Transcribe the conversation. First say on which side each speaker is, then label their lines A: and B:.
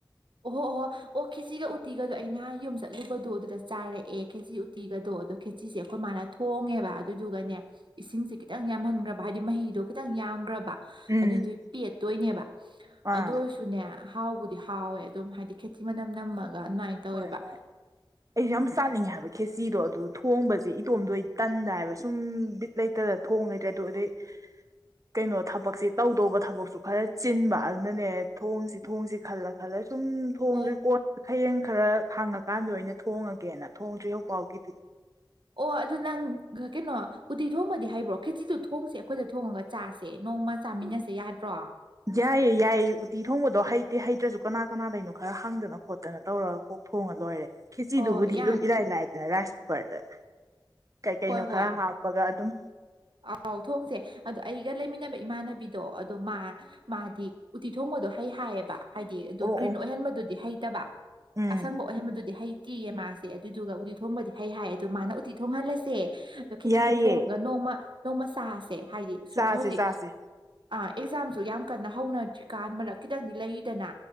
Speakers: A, on the right; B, on the right.
A: ꯑꯣꯍꯣ ꯑꯣꯍꯣ ꯑꯣ ꯈꯦꯆꯒ ꯎꯇꯤꯒꯗꯣ ꯑꯩ ꯅꯍ ꯌꯨꯝ ꯆꯠꯂꯨꯕꯗꯣ ꯑꯗꯨꯗ ꯆꯥꯔꯛꯑꯦ ꯈꯦꯆ ꯎꯇꯤꯒꯗꯣ ꯑꯗꯣ ꯈꯦꯆꯁꯦ ꯑꯩꯈꯣꯏ ꯃꯥꯅ ꯊꯣꯡꯉꯦꯕ ꯑꯗꯨꯗꯨꯒꯅꯦ ꯏꯁꯤꯡꯁꯦ ꯈꯤꯇꯪ ꯌꯥꯝꯍꯟꯈ꯭ꯔꯕ ꯍꯥꯏꯗꯤ ꯃꯍꯤꯗꯣ ꯈꯤꯇꯪ ꯌꯥꯝꯈ꯭ꯔꯕ
B: ꯎꯝ
A: ꯑꯗꯨꯏꯗꯨ ꯄꯦꯠꯇꯣꯏꯅꯦꯕ
B: ꯑꯥ
A: ꯑꯗꯨ ꯑꯣꯏꯔꯁꯨꯅꯦ ꯍꯥꯎꯕꯨꯗꯤ ꯍꯥꯎꯋꯦ ꯑꯗꯨꯝ ꯍꯥꯏꯗꯤ ꯈꯦꯇꯤ ꯃꯅꯝ ꯅꯝꯃꯒ ꯑꯗꯨꯃꯥꯏꯅ ꯇꯧꯋꯦꯕ
B: ꯍꯣꯏ ꯍꯣꯏ ꯑꯩꯁꯨ ꯌꯥꯝ ꯆꯅꯤꯡꯉꯦ ꯍꯥꯏꯕ ꯈꯦꯆꯗꯣ ꯑꯗꯨ ꯊꯣꯡꯕꯁꯦ ꯏꯇꯣꯝꯗꯣ ꯑꯩ ꯇꯟꯗꯥ ꯍꯥꯏꯕ ꯁꯨꯝ ꯕꯤꯠ ꯂꯩꯇꯗ ꯊꯣꯡꯉ ꯂꯩꯇ꯭ꯔꯦ ꯑꯗꯨ ꯑꯗꯩ <unintelligible> ꯀꯩꯅꯣ ꯊꯕꯛꯁꯦ ꯇꯧꯗꯧꯕ ꯊꯕꯛꯁꯨ ꯈꯔ ꯆꯤꯟꯕ ꯑꯗꯨꯅꯅꯦ ꯊꯣꯡꯁꯤ ꯊꯣꯡꯁꯤ ꯈꯜꯂ ꯈꯜꯂ ꯁꯨꯝ ꯊꯣꯡꯗ꯭ꯔꯤꯀꯣꯟ
A: ꯑꯣ
B: ꯍꯌꯦꯡ ꯈꯔ ꯍꯥꯡꯉꯀꯥꯟꯗ ꯑꯣꯏꯅ ꯊꯣꯡꯉꯒꯦꯅ ꯊꯣꯡꯗ꯭ꯔꯤ ꯍꯧꯖꯤꯛꯐꯥꯎꯒꯤꯗꯤ
A: ꯑꯣ ꯑꯗꯨ ꯅꯪ ꯀꯩꯅꯣ ꯎꯇꯤ ꯊꯣꯡꯕꯗꯤ ꯍꯩꯕ꯭ꯔꯣ ꯈꯦꯖꯤꯗ ꯊꯣꯡꯁꯦ ꯑꯩꯈꯣꯏꯗ ꯊꯣꯡꯉꯒ ꯆꯥꯁꯦ ꯅ ꯅꯣꯡꯃ ꯆꯥꯃꯤꯟꯅꯁꯦ ꯌꯥꯗ꯭ꯔꯣ
B: ꯌꯥꯏꯌꯦ ꯌꯥꯏꯌꯦ ꯎꯇꯤ ꯊꯣꯡꯕꯗꯣ ꯍꯩꯇꯦ ꯍꯩꯇ꯭ꯔꯁꯨ ꯀꯅꯥ ꯀꯅꯥꯗꯅꯣ ꯈꯔ ꯍꯪꯗꯅ ꯈꯣꯠꯇꯅ ꯇꯧꯔꯒꯀꯣ ꯊꯣꯡꯉ ꯂꯣꯏꯔꯦ ꯈꯦꯆꯤꯗꯨꯕꯨꯗꯤ
A: ꯍꯣꯏ ꯌꯥ
B: ꯑꯗꯨꯝ ꯏꯔꯥꯏ ꯂꯥꯏꯗꯅ ꯔꯥꯏꯁ ꯀꯨꯀꯔꯗ ꯀꯩ ꯀꯩꯅꯣ
A: ꯍꯣꯏ ꯍꯣꯏ
B: ꯈꯔ ꯍꯥꯞꯄꯒ ꯑꯗꯨꯝ
A: ꯑꯥꯎ ꯊꯣꯡꯁꯦ ꯑꯗꯣ ꯑꯩꯒ ꯂꯩꯃꯤꯟꯅꯕ ꯏꯃꯥꯟꯅꯕꯤꯗꯣ ꯑꯗꯣ ꯃꯥ ꯃꯥꯗꯤ ꯎꯇꯤ ꯊꯣꯡꯕꯗꯣ ꯍꯩ ꯍꯥꯏꯌꯦꯕ ꯍꯥꯏꯗꯤ ꯑꯗꯨ
B: ꯑꯣ
A: ꯒ꯭ꯔꯤꯟ
B: ꯑꯣ
A: ꯑꯣꯏꯍꯟꯕꯗꯨꯗꯤ ꯍꯩꯇꯕ
B: ꯎꯝ
A: ꯑꯁꯪꯕ ꯑꯣꯏꯍꯟꯕꯗꯨꯗꯤ ꯍꯩ ꯎꯇꯤꯌꯦ ꯃꯥꯁꯦ ꯑꯗꯨꯗꯨꯒ ꯎꯇꯤ ꯊꯣꯡꯕꯗꯤ ꯍꯩ ꯍꯥꯏ ꯑꯗꯣ ꯃꯥꯅ ꯎꯇꯤ ꯊꯣꯡꯍꯜꯂꯁꯦ ꯑꯗꯣ ꯈꯦꯆꯤꯗꯣ
B: ꯌꯥꯏꯌꯦ
A: ꯊꯣꯡꯉꯒ ꯅꯣꯡꯃ ꯅꯣꯡꯃ ꯆꯥꯁꯦ ꯍꯥꯏꯗꯤ ꯁꯨꯤ
B: ꯆꯥꯁꯦ
A: ꯍꯧꯖꯤꯛ
B: ꯆꯥꯁꯦ
A: ꯑꯥ ꯑꯦꯛꯖꯥꯝꯁꯨ ꯌꯥꯝ ꯀꯟꯅ ꯍꯧꯅꯗ꯭ꯔꯤꯀꯥꯟ ꯃꯔꯛ ꯈꯤꯇꯪꯗꯤ ꯂꯩꯔꯤꯗꯅ